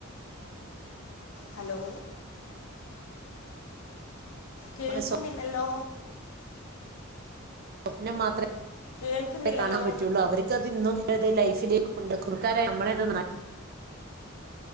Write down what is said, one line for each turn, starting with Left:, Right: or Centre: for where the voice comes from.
Left: ഹലോ കേൾക്കുന്നില്ലല്ലോ?
Right: സ്വ- സ്വപ്നം മാത്രേ
Left: കേൾക്കുന്നില്ലല്ലോ
Right: കാണാൻ പറ്റുള്ളൂ അവര് <unintelligible> ഇന്നും ലൈഫിലേക്ക് കൊണ്ടെക്കും <unintelligible>